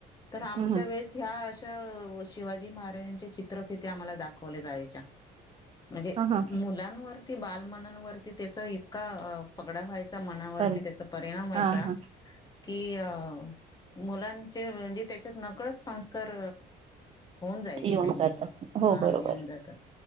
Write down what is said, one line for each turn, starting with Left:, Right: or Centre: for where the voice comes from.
Left: तर आमच्या
Right: ह
Left: वेळेस ह्या अशा शिवाजी महाराजांच्या चित्रफिती आम्हाला दाखवल्या जायच्या. म्हणजे
Right: ह ह
Left: मुलांवरती बालमनांवरती त्याचा इतका पगडा व्हायचा. मनावरती
Right: बरे
Left: त्याचा परिणाम व्हायचा.
Right: हा हा
Left: कि अ मुलांचे म्हणजे त्याच्यात नकळत संस् तर होऊन जायचे
Right: येऊन
Left: त्यांचे
Right: जात हो
Left: हा
Right: बरोबर
Left: येऊन जातात